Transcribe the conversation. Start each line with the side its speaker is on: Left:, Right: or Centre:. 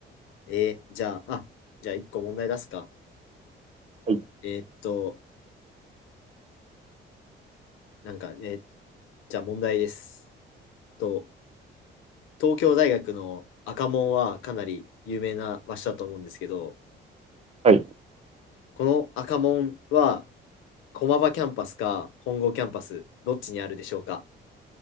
Left: えー、じゃあ、あ、じゃあ一個問題出すか。
Right: はい、はい、
Left: えーっと、なんかね、えーじゃあ問題です。と、東京大学の赤門はかなり有名な場所だと思うんですけど、
Right: はい。
Left: この赤門は駒場キャンパスか本郷キャンパス、どっちにあるでしょうか